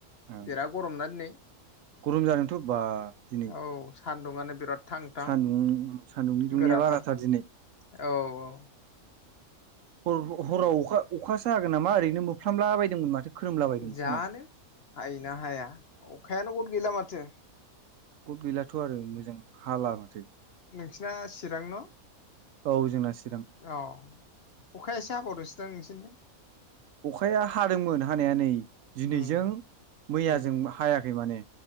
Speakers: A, on the right (about 70°); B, on the left (about 50°).
A: उ
B: बिराद गरम ना दिनै
A: उ गरम जादोंथ बा दिनै
B: औ सान्दुंआनो बिराद थां थां
A: सान्दुं सान्दुंनि दुंनाया
B: गोराथार
A: बाराथार दिनै
B: औ औ
A: ह हराव अखा अखासो हागोन नामा ओरैनो मोफ्र्लामला बायदोंमोन माथो खोरोमला बायदोंमोन
B: जानो
A: सानाव
B: हायो ना हाया अखायानो गथ गैला माथो
A: गथ गैलाथ' आरो मोजां हाला माथो
B: बिसिना चिरां न
A: औ जोंना सि
B: औ अखाया एसे हाबावदोसो दां नोंसिनिथिं
A: अखाया हादोंमोन हानाया नै दिनैजों
B: उम
A: मैया
B: उम
A: जों हायाखै माने